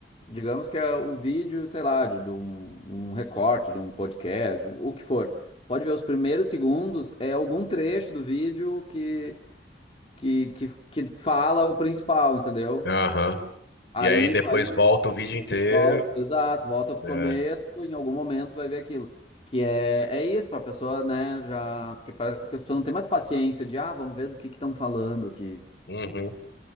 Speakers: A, on the left; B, on the left.
A: Digamos que é o vídeo, sei lá, de, de um, um recorte, de um podcast, o, o que for. Pode ver os primeiros segundos, é algum trecho do vídeo que, que, que, que fala o principal, entendeu?
B: Aham.
A: Aí
B: E aí depois
A: vai,
B: volta o vídeo inteiro,
A: volta, exato, volta pro
B: né?
A: começo, em algum momento vai ver aquilo. Que é, é isso, pra pessoa, né, já. Porque parece que as pessoas não têm mais paciência de, ah, vamos ver do que que estão falando aqui.
B: Uhum.